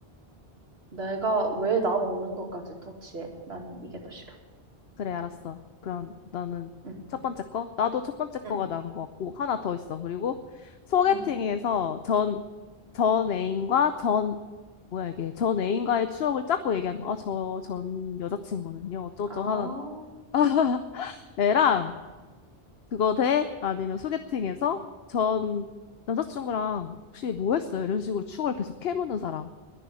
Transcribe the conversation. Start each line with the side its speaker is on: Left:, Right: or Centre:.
Right: 내가 왜 나 먹는 것까지 터치해? 난 이게 더 싫어.
Left: 그래, 알았어. 그럼 너는
Right: 응,
Left: 첫 번째 거? 나도 첫 번째 거가
Right: 응,
Left: 나은 것 같고, 하나 더 있어. 그리고 소개팅에서
Right: 응.
Left: 전, 전 애인과 전, 뭐야 이게, 전 애인과의 추억을 짰고 얘기하는 거. 아, 저 전 여자친구는요. 어쩌죠
Right: 아,
Left: 하는 <laughs> 애랑 그거 대 아니면 소개팅에서 전 남자친구랑 혹시 뭐 했어요? 이런 식으로 추억을 계속 캐묻는 사람.